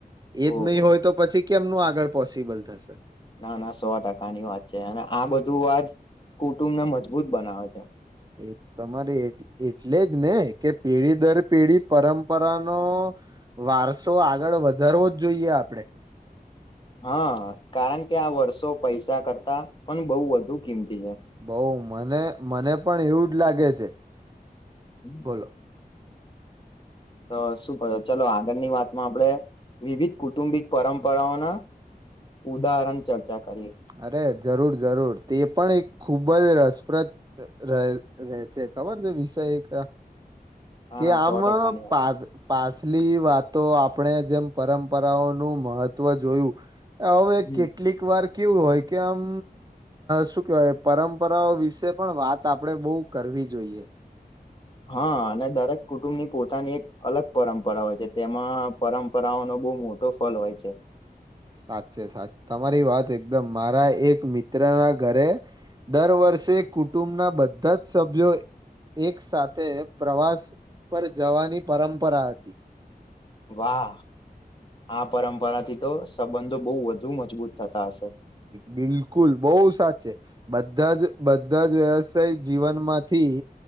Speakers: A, on the right (about 25°); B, on the left (about 30°).
A: એજ
B: ઓહો
A: નહી હોય તો પછી કેમનું આગળ પોસિબલ થશે
B: ના ના સો ટકા ની વાત છે અને આ બધું આજ કુટુંબ ને મજબૂત બનાવે છે
A: એ તમારે એટલે જ ને કે પેઢી દર પેઢી પરંપરાનો વારસો આગળ વધારવો જ જોઈએ આપડણે
B: હા કારણ કે આ વર્ષો પૈસા કરતા પણ બહું વધુ કિંમતી છે.
A: બહું મને મને પણ એવું લાગે છે
B: હમ
A: બોલો
B: તો શું કરો ચાલો આગળની વાતમાં આપણેે વિવિધ કુટુંબિક પરંપરાઓના ઉદાહરણ કરીએ.
A: અરે જરૂર જરૂર તે પણ એક ખૂબ જ રસપ્રદ રહે છે ખબર છે વિષય ક
B: હા
A: કે
B: ના
A: આમ
B: સો ટકાની વાત
A: પા
B: છે
A: પાછલી વાતો આપણે જેમ પરંપરાઓનું મહત્વ જોયું હવે
B: હમ.
A: કેટલીક વાર કેવું હોય કે આમ શું કેવાય પરંપરાઓ વિશે પણ વાત આપણેે બહું કરવી જોઈએ
B: હા અને દરેક કુટુંબ ની પોતાની એક અલગ પરંપરા હોય છે તેમાં પરંપરાઓનો બહુ મોટો ફલ હોય છે
A: સાચે સાચે તમારી વાત એકદમ મારા એક મિત્રના ઘરે દર વર્ષે કુટુંબના બધા જ સભ્યો એક સાથે પ્રવાસ પર જવાની પરંપરા હતી
B: વાહ આ પરંપરાથી તો સંબંધો બહુ વધું મજબૂત થતા હશે.
A: બિલકુલ બહુ સાચે બધા જ બધા જ વ્યવસાય જીવનમાંથી